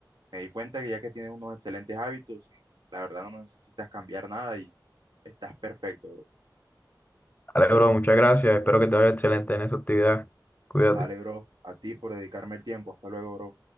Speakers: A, on the right (about 70°); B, on the left (about 25°).
A: me di cuenta que ya que tienes unos excelentes hábitos, la verdad no necesitas cambiar nada y estás perfecto, bro.
B: Vale, bro, muchas gracias. Espero que te vaya excelente en esa actividad. Cuídate.
A: Vale, bro, a ti por dedicarme el tiempo. Hasta luego, bro.